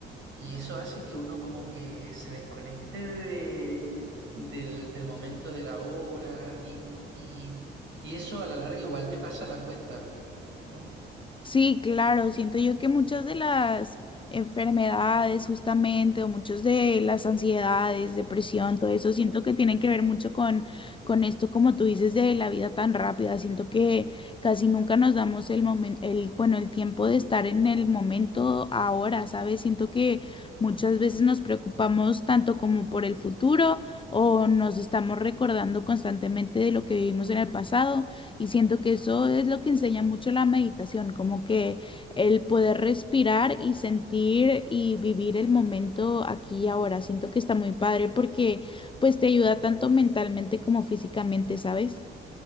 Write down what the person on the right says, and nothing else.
Y eso hace que uno como que se desconecte de- del, del momento de la hora y, y- y eso a la larga igual te pasa la cuenta. ¿no?